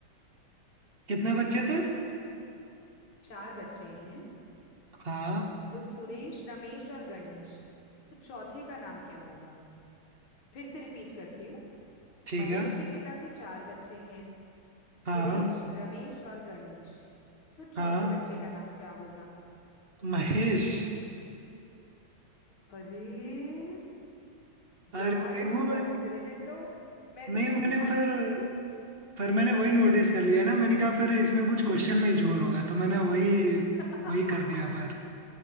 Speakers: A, on the right; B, on the left.
A: कितने बच्चे थे
B: चार बच्चे हैं
A: हाँ
B: तो सुरेश रमेश और गणेश तो चौथे का नाम क्या होगा फिर से रिपीट करती हूँ
A: ठीक
B: महेश
A: है
B: के पिता के चार बच्चे हैं
A: हाँ
B: सुरेश रमेश और गणेश तो चौथे
A: हाँ
B: बच्चे का नाम क्या होगा
A: महेश
B: अरे
A: अरे
B: यार
A: भाई
B: तुम
A: वो
B: तो बहुत
A: मैं
B: इंटेलिजेंट हो मैं तो
A: नहीं
B: इसमें
A: मैंने
B: भी हार
A: फिर
B: गई थी
A: फिर मैंने वही नोटिस कर लिया ना मैंने कहा फिर इसमें कुछ क्वेश्चन में ही झोल होगा तो मैंने वही वही
B: <laughs>
A: कर दिया फिर